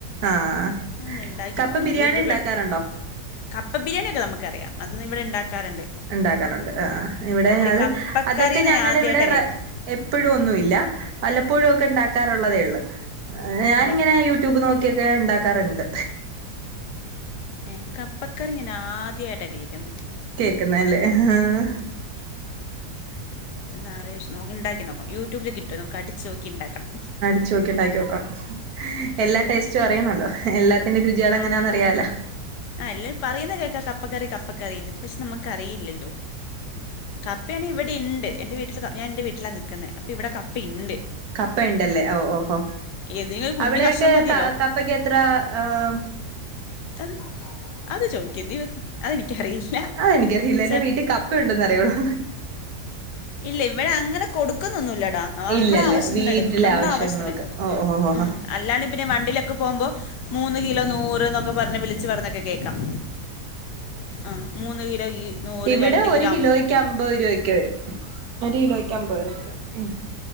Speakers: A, on the right; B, on the left.
A: ആഹ്
B: ഒന്ന് ഇണ്ടാക്കി
A: കപ്പ
B: നോക്കണം
A: ബിരിയാണി
B: യൂടൂബി
A: ഉണ്ടാക്കാറുണ്ടോ
B: കപ്പ ബിരിയാണിയൊക്കെ നമുക്കറിയാം അത് ന്ന് ഇവിടെ ഇണ്ടാക്കാറ്ണ്ട്
A: ഇണ്ടാക്കാറ്ണ്ട് ആഹ് ആ ഇവിടെ അത്
B: കപ്പക്കറി
A: അതൊക്കെ
B: ഞാൻ
A: ഞങ്ങടെ
B: ആദ്യമായിട്ടാണ്
A: ഇവിടെ റെ
B: കേൾക്കുന്നത്
A: എപ്പഴും ഒന്നുവില്ല വല്ലപ്പോഴും ഒക്കെ ഇണ്ടാക്കാറുള്ളതേ ഒള്ളു ഞാനിങ്ങനെ
B: ആണോ
A: യൂട്യൂബ് നോക്കിയൊക്കെ ഇണ്ടാക്കാറ്ണ്ട്
B: ഏഹ് കപ്പക്കറി ഞാൻ ആദ്യായിട്ടാ കേക്കുന്നെ
A: കേക്കുന്നെ അല്ലേ? ആഹ്
B: ആഹ് ഒന്ന് ആലോചിച്ച് നോ ഇണ്ടാക്കി നോക്കണം യൂട്യൂബി കിട്ടും നമുക്ക് അടിച്ച് നോക്കി ഇണ്ടാക്കണം
A: അടിച്ച് നോക്കി ഇണ്ടാക്കി നോക്കണം എല്ലാ ടേസ്റ്റും അറിയണവല്ലോ എല്ലാത്തിന്റെയും രുചികള് എങ്ങനാന്നറിയാലോ?
B: ആഹ് എല്ലരും പറയുന്ന കേൾക്കാ കപ്പക്കറി കപ്പക്കറീന്ന് പക്ഷെ നമ്മക്കറിയില്ലല്ലോ? കപ്പയാണേ ഇവിടെ ഇണ്ട് എന്റെ വീട്ടില് ക ഞാൻ എൻറെ വീട്ടിലാ നിക്കുന്നേ അപ്പൊ ഇവിടെ കപ്പയ്ണ്ട്
A: കപ്പയിണ്ടല്ലേ? ഓ ഓഹോ
B: ഏതെങ്കിലും ഒരു കുഞ്ഞു
A: അവിടെയെക്കെ
B: കഷ്ണം മതിയല്ലോ.
A: ക കപ്പൊക്കെത്ര ഏം
B: അത് അത് ചോയ്ക്കര്ത് ദൈവ അതെനിക്കറിയില്ല
A: അതെനിക്കറിയില്ല എന്റെ
B: ച
A: വീട്ടി കപ്പയുണ്ടെന്ന് അറിയൊള്ളു
B: ഇല്ലേ ഇവിടെ അങ്ങനെ കൊടുക്കുന്നു ഒന്നുല്ലടാ ങ്ങാഹ് നമ്മളെ
A: ഇല്ലല്ല
B: ആവശ്യത്തിന്
A: വീട്ടിലെ
B: എട്ക്കും നമ്മുടെ
A: ആവശ്യങ്ങൾക്ക്
B: ആവശ്യത്തിന്
A: ഓ ഓ ഓ
B: ഉം അല്ലാണ്ട് പിന്നെ വണ്ടിയിലൊക്കെ പോകുമ്പോ മൂന്ന് കിലോ നൂറ് എന്നൊക്കെ പറഞ്ഞ് വിളിച്ച് പറഞ്ഞൊക്കെ കേ ക്കാം ആ മൂന്ന് കിലോ
A: ഇവിടെ ഒരു
B: കിലോ
A: കിലോയ്ക്ക് അമ്പത് രൂപ യൊക്കെ വരുന്നേ ഒരു കിലോയ്ക്ക് അമ്പത് രൂപയോ? ഉം